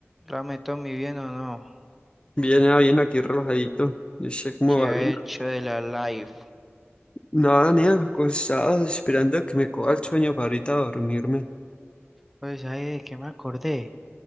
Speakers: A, in the centre; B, on the left.
A: Rame Tommy, ¿bien o no?
B: Bien, ah, bien, aquí relajadito. Yo sé cómo
A: ¿Qué
B: va
A: ha
B: bien.
A: hecho de la live?
B: Nada, ni acostado, esperando a que me coja el sueño para ahorita dormirme.
A: Pues, ay, ¿de qué me acordé?